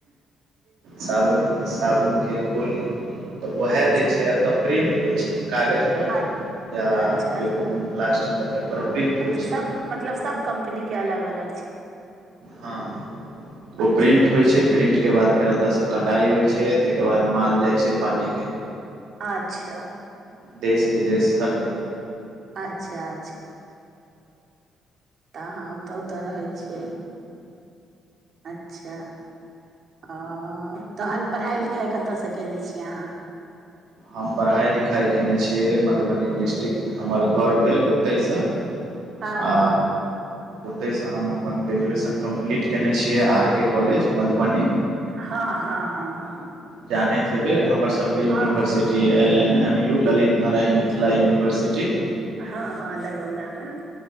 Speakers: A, on the right; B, on the right.
A: साबुन साबुन के खोली त
B: अच्छा
A: वैहा जे छै अतऽ प्रिंट होय छै कागज
B: अच्छा
A: या
B: अच्छा
A: जे कोनो प्लास्टिक। <unintelligible>
B: अच्छा
A: होइ छै
B: सब मतलब सब कम्पनीके अलग अलग छै।
A: हँ
B: अच्छा।
A: ओ प्रिंट होइ छै प्रिंट के बाद फेर अतऽ से कटाई होइ छै तइके बाद माल जाइ छै पार्टी के।
B: अच्छा।
A: देश विदेश हर जगह।
B: अच्छा अच्छा त अहाँ ओतऽ ओतऽ रहै छियै अच्छा। ओ तहन पढ़ाइ लिखाइ कतयस केने छी अहाँ।
A: हम पढ़ाइ लिखाइ केने छियै मधुबनी डिस्टिक हमर घर भेल ओतहिसँ
B: अहाँ
A: आ ओतहिसँ हम अपन ग्रेजुएशन कम्प्लीट केने छियै आर के कॉलेज मधुबनी।
B: हँ हँ हँ हँ।
A: जानैत हेबै हमरसबके यूनिवर्सिटी
B: हँ हँ हँ हँ
A: L N M U Lalit Narayan Mithila university.
B: हँ हँ दरभंगामे।